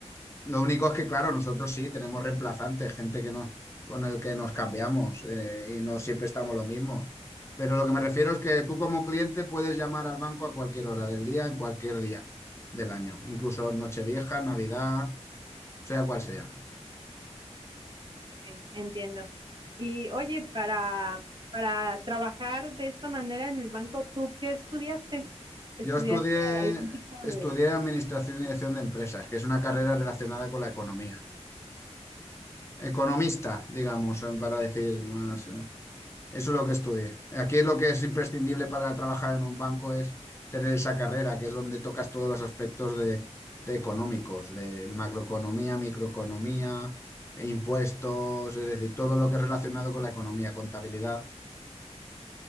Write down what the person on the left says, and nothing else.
Lo único es que, claro, nosotros sí tenemos reemplazantes, gente que nos, con el que nos cambiamos eh, y no siempre estamos lo mismo. Pero lo que me refiero es que tú como cliente puedes llamar al banco a cualquier hora del día, en cualquier día del año, incluso Nochevieja, Navidad, sea cual sea.
Yo estudié,
estudié Administración y Dirección de Empresas, que es una carrera relacionada con la economía. Economista, digamos, para decir más, eh, Eso es lo que estudié. Aquí es lo que es imprescindible para trabajar en un banco es tener esa carrera, que es donde tocas todos los aspectos de, de económicos, de macroeconomía, microeconomía, impuestos, es decir, todo lo que es relacionado con la economía, contabilidad.